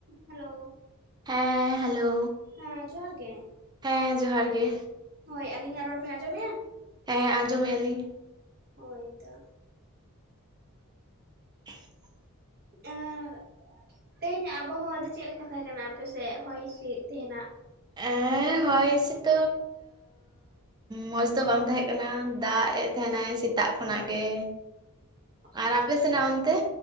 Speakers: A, on the right (about 45°); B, on the right (about 20°).
A: Hello
B: ᱦᱮᱸ hello
A: ᱦᱮᱸ ᱡᱚᱦᱟᱨ ᱜᱮ
B: ᱦᱮᱸ ᱡᱚᱦᱟᱨ ᱜᱮ
A: ᱦᱳᱭ ᱟᱹᱞᱤᱧᱟᱜ ᱨᱚᱲ ᱵᱮᱱ ᱟᱸᱡᱚᱢᱮᱫᱼᱟ
B: ᱦᱮᱸ ᱦᱮᱸ ᱟᱡᱚᱢᱮᱜᱼᱟ ᱞᱤᱧ
A: ᱦᱳᱭ ᱛᱚ
B: <inaudible>
A: ᱟᱨ ᱛᱮᱦᱮᱧ ᱟᱵᱚᱦᱚᱣᱟ ᱫᱚ ᱪᱮᱫ ᱞᱮᱠᱟ ᱛᱟᱦᱮᱸ ᱠᱟᱱᱟ ᱟᱯᱮᱥᱮᱫ ᱦᱚᱭ ᱦᱤᱸᱥᱤᱫ ᱛᱮᱦᱤᱱᱟᱜ
B: ᱮ ᱦᱚᱭ ᱦᱤᱸᱥᱤᱫ ᱢᱚᱸᱡᱽ ᱫᱚ ᱵᱟᱝ ᱛᱟᱦᱮᱸ ᱠᱟᱱᱟ ᱫᱟᱜ ᱮᱫ ᱛᱟᱦᱮᱸᱱᱟᱭ ᱥᱤᱛᱩ ᱥᱮᱛᱟᱜ ᱠᱷᱚᱱᱟᱜ ᱜᱮ
A: <inaudible>
B: ᱟᱨ ᱟᱯᱮ ᱥᱮᱱᱟᱜ ᱚᱱᱛᱮ